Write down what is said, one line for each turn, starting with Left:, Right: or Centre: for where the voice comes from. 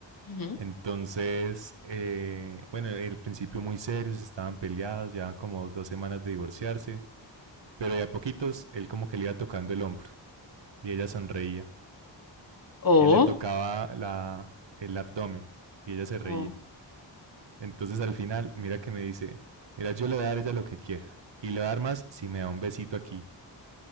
Left: ujú.
Right: Entonces, eh, bueno, el principio muy serios, estaban peleados, llevaban como dos semanas de divorciarse. Pero de a poquitos él como que le iba tocando el hombro y ella sonreía.
Left: Oh,
Right: Y él le tocaba la, el abdomen y ella se reía.
Left: oh.
Right: Entonces al final, mira que me dice, mira, yo le voy a dar a ella lo que quiera. Y le voy a dar más si me da un besito aquí.